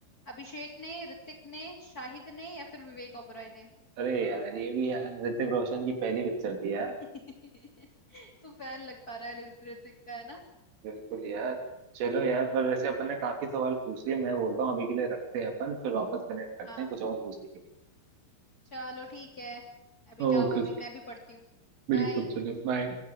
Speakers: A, on the left; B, on the right.
A: अभिषेक ने ऋतिक ने शाहिद ने या फिर विवेक ओबरॉय ने
B: अरे यार ये भी यार ऋतिक रोशन की पहली पिक्चर थी यार
A: <laughs> तू फैन लग पा रहा है ऋतिक का है ना
B: बिल्कुल यार चलो यार पर वैसे अपन ने काफी सवाल पूछ लिए मैं बोलता हूँ अभी के लिए रखते हैं अपन फिर वापस कनेक्ट करते
A: हाँ
B: हैं कुछ और पूछने के
A: चलो ठीक है अभी
B: लिए
A: जाओ
B: ओके
A: अभी
B: जी
A: मैं भी पढ़ती हूँ बाय
B: बिल्कुल चलो बाय